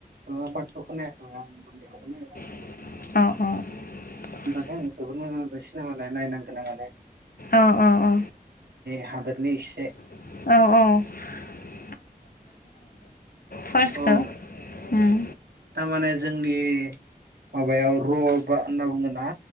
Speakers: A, on the right; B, on the left.
A: अ पार्टथुखो नायाखै मोनना, आं मैया हरावनो नायबाय।
B: अह अह
A: ओद जोबोद मोजां मोजां सिनेमालाय नायनोगोनां आलाय
B: औ अ अ
A: हादोरनि इसे
B: औ औ फार्स्तखौ
A: औ
B: उम
A: थारमाने जोंनि माबायाव र बा होनना बुंगोन मा